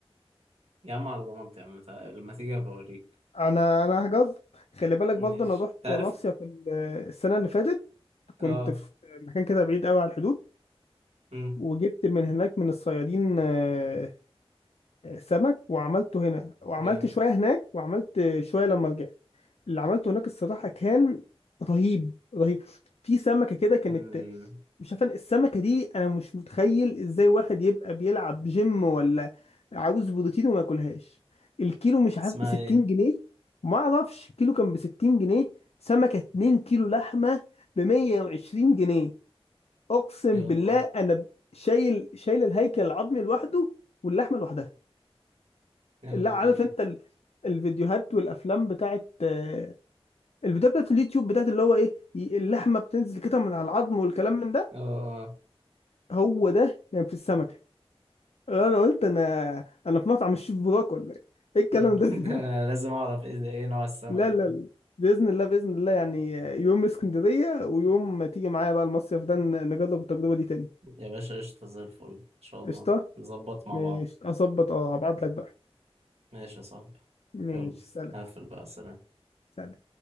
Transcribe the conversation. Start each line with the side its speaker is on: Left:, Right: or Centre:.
Right: يا عم على ضمانتي يا عم تع- لما تيجي بوريك
Left: انا انا هجز خلي بالك
Right: ماشي
Left: برضه انا رحت
Right: تعرف
Left: مصيف ال- السنه اللي فاتت كنت
Right: اه
Left: في مكان كده بعيد قوي على الحدود
Right: امم
Left: وجبت من هناك من الصيادين آه، سمك وعملته هنا وعملت
Right: جامد
Left: شوية هناك وعملت شوية لما رجعت اللي عملته هناك الصراحة كان رهيب رهيب في سمكة كده كانت
Right: امم
Left: مش عارف أنا- السمكة دي أنا مش متخيل إزاي واحد يبقى بيلعب جيم ولا عاوز بروتين وما ياكلهاش الكيلو مش عارف
Right: اسمها
Left: بستين
Right: ايه
Left: جنيه ما أعرفش الكيلو كان بستين جنيه سمكة اتنين كيلو لحمة بمية وعشرين جنيه اقسم
Right: يلا
Left: بالله انا شايل شايل الهيكل العظمي لوحده واللحمه لوحدها
Right: يلا
Left: لا عارف
Right: بينا
Left: انت ال... الفيديوهات والافلام بتاعت آه، الفيديوهات بتاعت اليوتيوب بتاعت اللي هو ايه ي- اللحمه بتنزل كده من على العظم والكلام من ده
Right: اه
Left: هو ده كان يعني في السمكه انا قلت انا انا في مطعم الشيف بوراك ولا ايه ايه الكلام
Right: <laughs>
Left: ده <laughs>
Right: ده انا لازم اعرف ايه ايه نوع السمكة
Left: لا لا
Right: دي
Left: لا. باذن الله باذن الله يعني يوم اسكندريه ويوم تيجي معايا بقى المصيف ده ن- نجرب التجربه دي تاني
Right: يا باشا قشطة زي الفل ان شاء الله
Left: قشطه
Right: نظبط مع
Left: ماشي
Right: بعض
Left: اظبط اه هبعت لك بقى
Right: ماشي يا صاحبي
Left: ماشي
Right: يلا
Left: سلام
Right: هقفل بقى سلام
Left: سلام